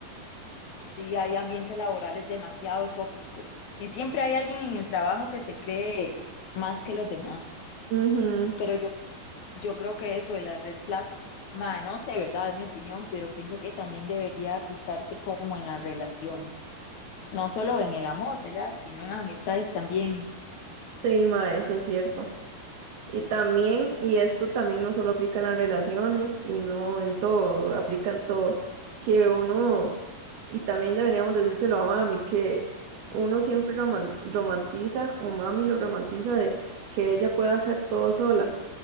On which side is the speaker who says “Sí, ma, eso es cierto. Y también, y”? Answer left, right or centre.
Right